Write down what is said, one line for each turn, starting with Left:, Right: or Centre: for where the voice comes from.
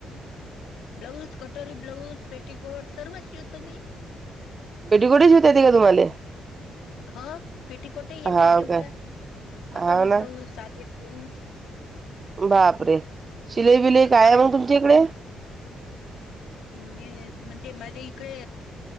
Left: ब्लाऊज, कटोरी ब्लाऊज, पेटिकोट सर्व शिवतो मी.
Right: पेटीकोट ही शिवता येते का तुम्हाले?
Left: हो पेटिकोटही येते
Right: हाव
Left: शिवता,
Right: काय?
Left: कटोरी
Right: हाव ना
Left: ब्लाऊज, साधे ब्लाउज
Right: बापरे! शिलाई बिलाई काय
Left: हां.
Right: आहे मग तुमच्या इकडे?
Left: मी म्हणजे माझ्या इकडे